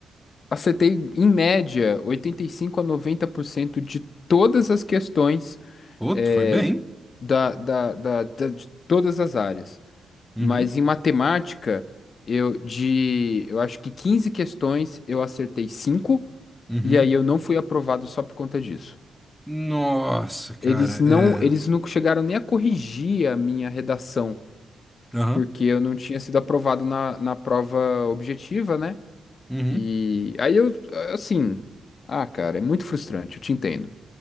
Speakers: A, on the left (about 55°); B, in the centre.
A: acertei em média 85 a 90% de todas as questões
B: Outro,
A: é,
B: foi bem.
A: da, da, da, da- de todas as áreas.
B: Uhum.
A: Mas em matemática, eu de, eu acho que 15 questões eu acertei cinco
B: Uhum.
A: e aí eu não fui aprovado só por conta disso.
B: Nossa, cara,
A: Eles não,
B: é.
A: eles não chegaram nem a corrigir a minha redação,
B: Aham.
A: porque eu não tinha sido aprovado na, na prova objetiva, né?
B: Uhum.
A: E aí eu, assim, ah, cara, é muito frustrante, eu te entendo.